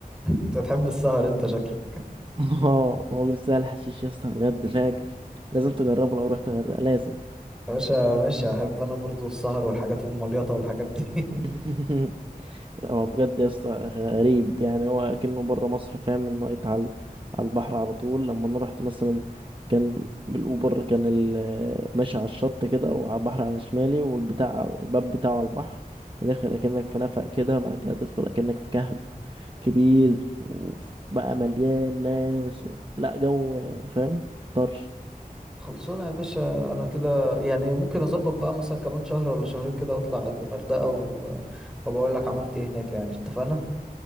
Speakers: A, in the centre; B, on the right.
A: انت تحب السهر انت شكلك
B: اه هو جبت سهل حشيش يا اسطى بجد فاجر لازم
A: يا
B: تجربه لو رحت الغردقة لازم
A: باشا ماشي احب انا برضو السهر والحاجات المليطة والحاجات دي <laughs>
B: <laughs> لا هو بجد يا اسطى غريب يعني هو كأنه بره مصر فاهم النايت على على البحر على طول لما انا رحت مثلا كان بالاوبر كان ال- ماشي على الشط كده وعلى البحر على شمالي والبتاع على- الباب بتاعه على البحر وداخل اكنك في نفق كده بعد كده تدخل اكنك في كهف كبير وبقى مليان ناس و... لا جو فاهم طرش
A: خلصونا يا باشا انا كده يعني ممكن اظبط بقى مثلا كمان شهر ولا شهرين كده واطلع الغردقة و... وبقول لك عملت ايه هناك يعني اتفقنا